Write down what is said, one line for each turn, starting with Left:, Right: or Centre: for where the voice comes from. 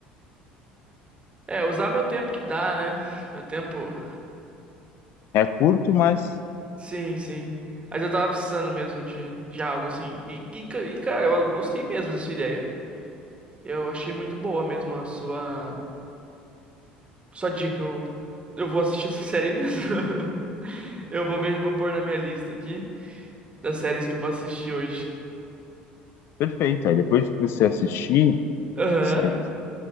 Right: É, usar meu tempo que dá, né? Meu tempo.
Left: É curto, mas
Right: Sim, sim. Mas eu tava precisando mesmo de, de algo assim. E, e, ca- e, cara, eu gostei mesmo da sua ideia. Eu achei muito boa mesmo a sua. Só dica, eu, eu vou assistir essa <laughs> série aí mesmo. <laughs> Eu vou ver, vou pôr na minha lista aqui das séries que eu vou assistir hoje.
Left: perfeito. Aí depois que você assistir,
Right: Aham.
Left: a gente